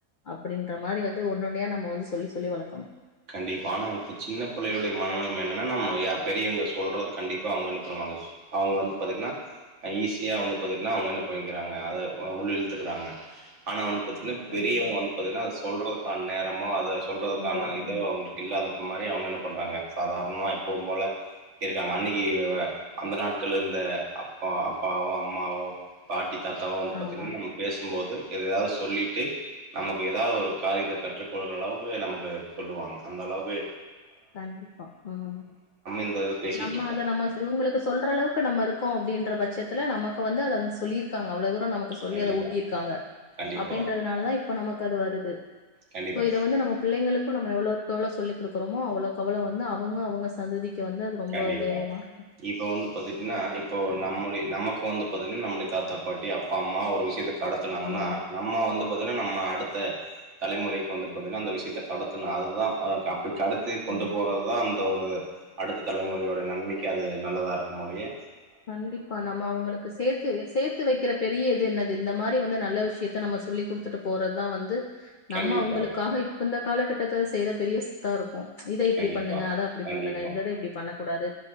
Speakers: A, on the left (about 55°); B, on the right (about 55°).
A: அப்டீன்ற மாரி வந்து ஒன்னு ஒன்னய நம்ம வந்து சொல்லி சொல்லி வளக்கணு
B: கண்டிப்பா ஆனா இப்ப சின்ன பிள்ளகளுடைய மனநெலம என்னன்னா நம்ம பெரியவங்க சொல்றத கண்டிப்பா அவுங்க ஒன்னு பண்ணுவாங்க அவுங்க
A: ஆ
B: வந்து பாத்தீங்னா ஈஸியா வந்து பாத்தீங்னா அவுங்க என்ன பண்ணிக்கிறாங்க அத உள்ள இழுத்துகுறாங்க ஆனா வந்து பாத்தீ என்ன இப்ப
A: கண்டிப்பா.
B: பெரியவங்க வந்து பாத்தீங்னா சொல்றதுகான நேரமோ அது சொல்றதுக்கான
A: சொல்றது
B: இது அவுங்களுக்கு
A: ம்.
B: இல்லாத மாரி அவுங்க என்ன பண்றாங்க சாதாரணமா எப்பவு போல இருக்காங்க அன்னைக்கு அந்த நாட்கள் இருந்த அப்பா அப்பாவோ அம்மாவோ பாட்டி தாத்தாவா வந்து பாத்தீங்னா
A: ஆமா.
B: நம்ம பேசும்போது எதயாவ்து சொல்லிட்டு நமக்கு எதா ஒரு காரியத்த கற்றுக்கொள்கிற அளவுக்கு நமக்கு சொல்லுவாங்க அந்த அளவு
A: கண்டிப்பா உம்
B: இந்த இது பேசிட்டு
A: நம்ம
B: இருக்கோம்.
A: அத நம்ம உங்களுக்கு சொல்ற அளவுக்கு நம்ம இருக்கோ அப்டினு பட்சத்ல நமக்கு வந்து அத வந்து சொல்லி இருக்காங்க அவ்ளவுக்கு நமக்கு சொல்லி
B: கண்டிப்பா,
A: அத ஊட்டி இருக்காங்க
B: கண்டிப்பா,
A: அப்டிறனால தா இப்ப நமக்கு அது வருது
B: கண்டிப்பா,
A: சோ இத வந்து நம்ம பிள்ளைளுக்கு நம்ம எவ்ளோக் எவ்ளோ சொல்லி கொடுக்க அவ்ளோக்கவ்ளோ வந்து அவுங்க அவுங்க சந்ததிக்கு வந்து அது ரொம்ப
B: கண்டிப்பா
A: உபயோகமா இருக்கும்
B: இப்ப வந்து பாத்ட்டுனா இப்போ
A: கண்டிப்பா
B: நம்ம நமக்கு வந்து நம்முடய தாத்தா பாட்டி அப்பா அம்மா ஒரு விஷயத்த கடத்துனாங்னா
A: ம்
B: நம்ம வந்து பாத்தீங்னா நம்ம அடுத்த தலைமுறைக்கு வந்த பன்ன அந்த விஷயத்த கடத்தணு அதுதா கடத்தி
A: கண்டிப்பா
B: கொண்டு போறது தா அந்த ஒரு இத அடுத்தது தலமுறையோட நன்மைக்கு அது நல்லதா இருக்கு போலயே
A: கண்டிப்பா நம்ம அவுங்களுக்கு சேத்து சேத்து வெக்ற பெரிய என்னது இந்த மாரி வந்து நல்ல விஷயத்த நம்ம சொல்லி குடுத்துட்டு போறதுதா வந்து நம்ம
B: கண்டிப்பா.
A: அவுங்களுக்காக இப்ப இந்த காலகட்டத்து செய்த பெரிய ரிஸ்க்கா இருக்கு இத இப்டி
B: கண்டிப்பா
A: பண்ணுங்க அத அப்டி
B: கண்டிப்பா
A: பண்ணுங்க இந்த இத இப்டி பண்ண கூடாது